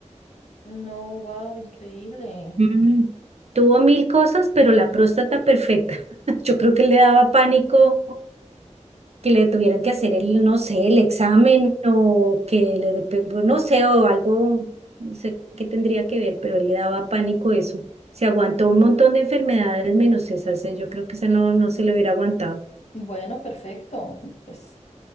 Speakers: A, on the left (about 60°); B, on the right (about 55°).
A: No, wow, increíble.
B: Mm. Tuvo mil cosas, pero la próstata perfecta. <laughs> Yo creo que le daba pánico que le tuvieran que hacer el, no sé, el examen o que le, de- pe- pues, no sé, o algo, no sé qué tendría que ver, pero él le daba pánico eso. Se aguantó un montón de enfermedades menos esa, o sea, yo creo que esa no, no se le hubiera aguantado.
A: Bueno, perfecto. Pues